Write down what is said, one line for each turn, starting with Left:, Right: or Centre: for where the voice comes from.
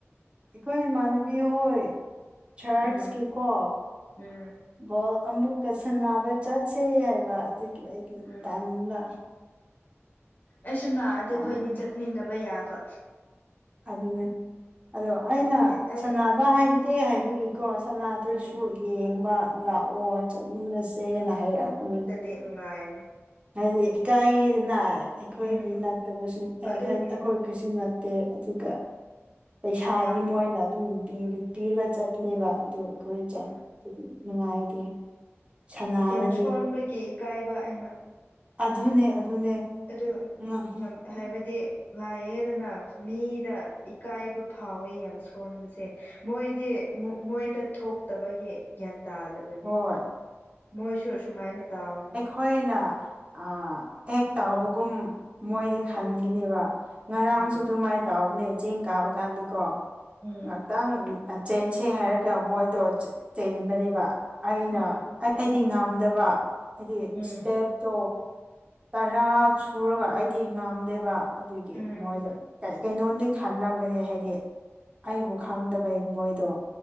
Right: ꯑꯩꯈꯣꯏ ꯏꯃꯅ ꯕꯤ ꯍꯣꯏ ꯆꯔꯠꯁꯀꯤ
Left: ꯎꯝ
Right: ꯀꯣ
Left: ꯎꯝ
Right: ꯕꯣꯜ ꯑꯃꯨꯛꯀꯁꯟꯅꯕ ꯆꯠꯁꯦ ꯍꯥꯏꯕ ꯑꯗꯨꯒꯤ ꯑꯩꯅ
Left: ꯎꯝ
Right: ꯇꯟꯕ
Left: ꯑꯩꯁꯨ ꯅꯥꯑꯗꯤ
Right: ꯇꯟꯕꯒꯤ
Left: ꯑꯩꯈꯣꯏ ꯑꯅꯤ ꯆꯠꯃꯤꯟꯅꯕ ꯌꯥꯕ
Right: ꯑꯗꯨꯅꯦ ꯑꯗꯣ ꯑꯩꯅ
Left: ꯑꯗꯤ ꯑꯩ
Right: ꯁꯅꯕ ꯍꯩꯇꯦ ꯍꯥꯏꯕꯒꯤꯀꯣ ꯁꯅꯥꯗꯨꯁꯨ
Left: ꯎꯝ
Right: ꯌꯦꯡꯕ ꯂꯥꯛꯑꯣ ꯆꯠꯃꯤꯟꯅꯁꯦꯅ ꯍꯥꯏꯔꯛꯄꯅꯤ
Left: ꯗꯦꯅꯨꯡꯉꯥꯏꯅ
Right: ꯍꯥꯏꯗꯤ ꯏꯀꯥꯏꯒꯤꯗꯅ ꯑꯩꯈꯣꯏꯒꯤ
Left: ꯎꯝ
Right: ꯅꯠꯇꯕꯁꯨ
Left: ꯑꯗꯨꯒꯤꯅꯤ
Right: ꯑꯈꯣꯏ ꯀꯩꯁꯨ ꯅꯠꯇꯦ ꯑꯗꯨꯒ ꯄꯩꯁꯥꯗꯤ
Left: ꯌꯥꯝ
Right: ꯃꯣꯏꯅ ꯑꯗꯨꯝ ꯄꯤꯔꯒ ꯆꯠꯄꯅꯦꯕ ꯑꯗꯨ ꯈꯣꯏꯠ ꯆꯠ
Left: ꯎꯝ
Right: ꯅꯨꯡꯉꯥꯏꯇꯦ ꯁꯅꯥꯔꯗꯤ
Left: ꯌꯝꯁꯣꯟꯕꯒꯤ ꯏꯀꯥꯏꯕ ꯑꯩꯅ
Right: ꯑꯗꯨꯅꯦ ꯑꯗꯨꯅꯦ
Left: ꯑꯗꯨ
Right: ꯎꯝ
Left: ꯌꯥꯝ ꯍꯥꯏꯕꯗꯤ ꯂꯥꯏꯌꯦꯗꯅ ꯃꯤꯗ ꯏꯀꯥꯏꯕ ꯐꯥꯎꯋꯤ ꯌꯥꯝ ꯁꯣꯟꯕꯁꯦ ꯃꯣꯏꯗꯤ ꯃꯣꯏꯗ ꯊꯣꯛꯇꯕꯒꯤ ꯒ꯭ꯌꯥꯟ ꯇꯥꯗꯕꯅꯦ
Right: ꯍꯣꯏ
Left: ꯃꯣꯏꯁꯨ ꯑꯁꯨꯃꯥꯏꯅ ꯇꯥꯑꯣꯅꯦ
Right: ꯈꯣꯏꯅ ꯑ ꯍꯦꯛ ꯇꯥꯎꯕꯒꯨꯝ ꯃꯣꯏꯗꯤ
Left: ꯎꯝ
Right: ꯈꯟꯒꯤꯅꯦꯕ ꯉꯔꯥꯡꯁꯨ
Left: ꯎꯝ
Right: ꯑꯗꯨꯃꯥꯏ ꯇꯥꯎꯕꯅꯦ ꯆꯦꯡ ꯀꯥꯕ ꯀꯥꯟꯗꯀꯣ
Left: ꯎꯝ
Right: ꯉꯛꯇꯪ ꯆꯦꯟꯁꯦ ꯍꯥꯏꯔꯒ ꯃꯣꯏꯗꯣ ꯆꯦꯟꯕꯅꯦꯕ ꯑꯩꯅ
Left: ꯎꯝ
Right: ꯑꯩꯗꯤ ꯉꯥꯝꯗꯕ ꯍꯥꯏꯗꯤ
Left: ꯎꯝ
Right: ꯏꯁꯇꯦꯞꯇꯣ ꯇꯔꯥ ꯁꯨꯔꯒ ꯑꯩꯗꯤ ꯉꯝꯗꯦꯕ ꯑꯗꯨꯒꯤ
Left: ꯎꯝ
Right: ꯃꯣꯏꯗ ꯀꯔꯤ ꯀꯩꯅꯣꯝꯗꯤ ꯈꯜꯂꯝꯒꯅꯤ ꯍꯥꯏꯗꯤ ꯑꯩꯕꯨ ꯈꯪꯗꯕꯩ ꯃꯣꯏꯗꯣ